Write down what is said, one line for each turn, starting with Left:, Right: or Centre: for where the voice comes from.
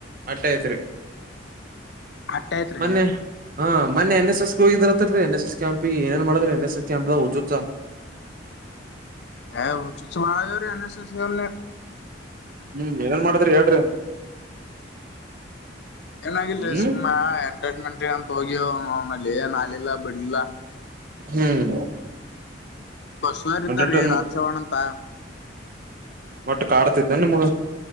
Right: ಅಟ್ಟೆ ಆಯ್ತ್ ರೀ
Left: ಹತಯತ್ ರೀ
Right: ಮೊನ್ನೆ ಹಾ ಮೆ ಎನ್ ಎಸ್ ಎಸ್ಗೆ ಹೋಗಿರತ್ ರರಿನ್ ಎಸ್ ಎಸ್ ಕ್ಯಾಪ ಏನ್ ಮಾಡ್ರರಿನ್ ಎಸ್ ಎಸ್ ಕ್ಯಾಪ್ ತ್ತ
Left: ಹ ಊಸ್ ಮಾಡಳ ಅಸ್ನ
Right: ಹ್ಮ್ ಏನೇನ್ ಮಾಡದ್ರಿ ಹೇಳ್ರಿ
Left: ಏನಾಗಿಲ್ರಿ
Right: ಹ್ಮ್
Left: ಸುಮ್ಮಾ ಎಂಟರ್ಟೈನ್ಮೆಂಟ್ ಅಂತ ಹೋಗಿ ನಲೆ ನಾಲಿಲ್ಲ ಬಿಡ್ಲಿಲ್ಲ
Right: ಹ್ಮ್
Left: ಬಸವರ್ ಇದಾರೀ
Right: ಎಂಟರ್ಟೈನ್
Left: ರಾಜ ಚವಣ ಅಂತ
Right: ಒಟ್ಟು ಕಾಡ್ತಿದ್ದ ನಿಮಗ